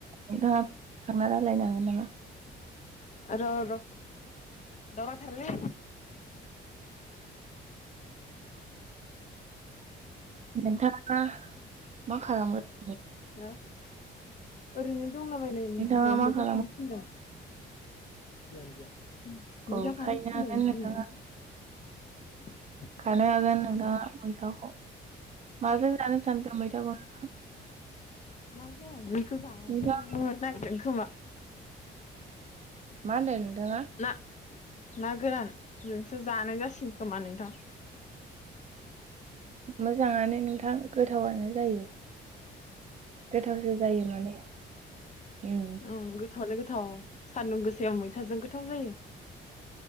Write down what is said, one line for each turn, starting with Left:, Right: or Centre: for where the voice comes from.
Right: नोंथाङा थांना रायलायनो हागोन नामा?
Left: र' र' दावराव थारलै
Right: नोंथाङा मा खालामगोन?
Left: हा ओरैनो दंलाबायनाय
Right: नोंथाङा
Left: बिमाया
Right: मा
Left: मैथा
Right: खालाम
Left: खानो थिनदों। <unintelligible> मैथा
Right: औ खायनो
Left: खानो थिनदों
Right: हागोन नोंथाङा
Left: बिमाया <inaudible>
Right: खानो हागोन नोंथाङा मैथाखौ। माजों जानो सानखो मैथाखौनथ'?
Left: ना गोरानजोंसो जानो
Right: नोंथां
Left: नागिरदों खोमा।
Right: मा होनदों नोंथाङा?
Left: ना ना गोरानजोंसो जानाय जासिगोन खोमा नोंथां।
Right: मोजाङानो नोंथां गोथावानो जायो। गोथावसो जायो माने। <inaudible> उम
Left: ओम गोथावालाय गोथाव सान्दुं गोसायाव मै थाजों गोथाव जायो।